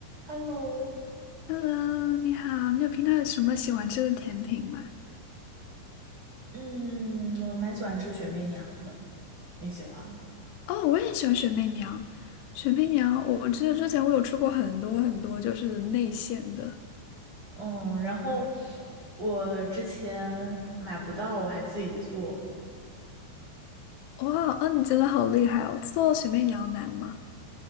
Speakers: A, on the right; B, on the left.
A: Hello，
B: Hello，你好，你有平常有什么喜欢吃的甜品吗？
A: 嗯，我蛮喜欢吃雪媚娘的，你喜欢吗？
B: 哦，我也喜欢雪媚娘。雪媚娘，我记得之前我有吃过很多很多，就是内馅的。
A: 嗯，然后我之前买不到，我还自己做。
B: 哇，哦，你真的好厉害哦！做雪媚娘难吗？